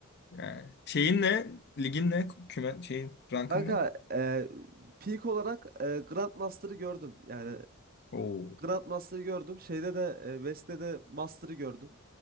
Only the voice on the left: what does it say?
Yani şeyin ne? Ligin ne? Kümen şeyin rankın
ne?
Oo.